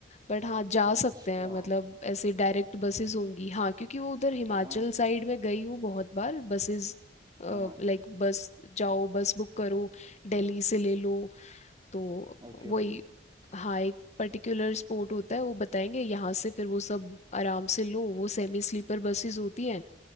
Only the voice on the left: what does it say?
बट हाँ जा सकते
हैं मतलब ऐसे डायरेक्ट बसेस होंगी हाँ क्योंकि वो उधर हिमाचल
साइड में गई हूँ बहुत बार बसेस लाइक
बस जाओ बस बुक करो दिल्ली से ले लो तो
वही
हाँ एक पर्टिकुलर स्पॉट होता है वो बताएंगे यहाँ से फिर वो सब आराम से लो वो सेमी स्लीपर बसेस होती हैं